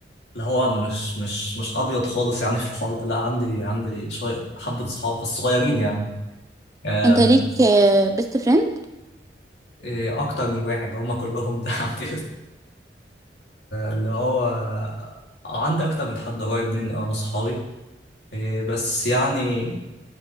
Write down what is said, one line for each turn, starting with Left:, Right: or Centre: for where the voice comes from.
Left: اللي هو مش مش مش ابيض خالص يعني في الحوار ده. لا عندي عندي شوية حبة صحاب بس صغيرين يعني آم،
Right: انت ليك بيست فريند
Left: آه، اكتر من واحد هم كلهم ده <laughs> عندي اللي هو آه، عندي اكتر من حد قريب مني اه من صحابي آه، بس يعني